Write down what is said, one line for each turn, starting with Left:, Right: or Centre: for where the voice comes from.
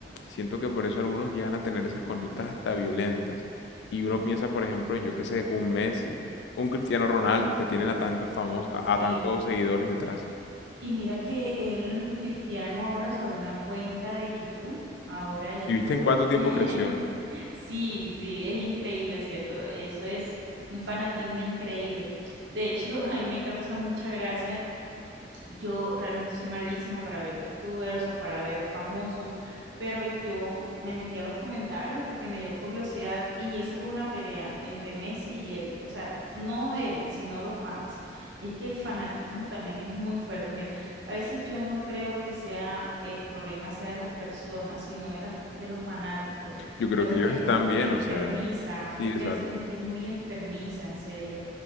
Left: siento que por eso algunos llegan a tener esas conductas hasta violentas. Y uno piensa, por ejemplo, en yo qué sé, un Messi, un Cristiano Ronaldo, que tienen a tantos famosos, a
Right: Sí.
Left: a tantos seguidores detrás.
Right: Y mira que el Cristiano ahora se abrió una cuenta de YouTube, ahora es youtuber.
Left: ¿Y viste en cuánto tiempo
Right: <laughs>
Left: creció?
Right: Sí, sí, es increíble, ¿cierto? Eso es un fanatismo increíble. De hecho, <laughs> a mí me causa mucha gracia yo realmente soy malísima para ver youtubers o para ver famosos, pero yo me metí a los comentarios porque me dio curiosidad y eso fue una pelea entre Messi y él, o sea, no él, sino los fans. Es que el fanatismo también es muy fuerte. Mira, a veces yo no creo que sea el problema sea de las personas, sino de las, de los fanáticos.
Left: Yo creo
Right: A veces
Left: que ellos
Right: la gente
Left: están
Right: es muy
Left: bien,
Right: enfermiza,
Left: o sea,
Right: pero
Left: sí,
Right: es
Left: exacto,
Right: que a veces la gente es muy enfermiza, en serio.